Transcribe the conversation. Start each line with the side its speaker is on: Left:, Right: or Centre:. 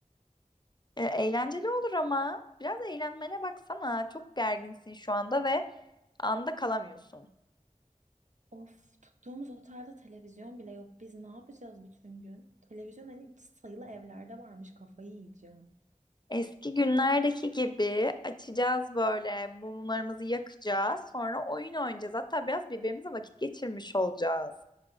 Left: E, eğlenceli olur ama biraz eğlenmene baksana. Çok gerginsin şu anda ve anda kalamıyorsun.
Right: Of tuttuğumuz otelde televizyon bile yok. Biz ne yapacağız bütün gün? Televizyon hani sayılı evlerde varmış. Kafayı yiyeceğim.
Left: Eski günlerdeki gibi açacağız böyle mumlarımızı yakacağız. Sonra oyun oynayacağız. Hatta biraz birbirimize vakit geçirmiş olacağız.